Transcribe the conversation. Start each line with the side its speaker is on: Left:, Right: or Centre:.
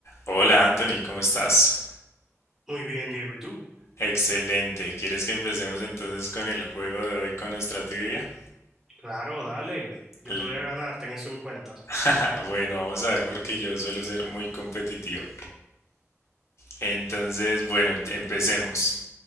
Left: Hola Anthony, ¿cómo estás?
Centre: Muy bien, Diego, ¿y tú?
Left: Excelente. ¿Quieres que empecemos entonces con el juego de hoy con nuestra trivia?
Centre: Claro, dale. Yo
Left: L-
Centre: te voy a ganar, ten eso en cuenta.
Left: <laughs> Bueno, vamos a ver porque yo suelo ser muy competitivo. Entonces, bueno, empecemos.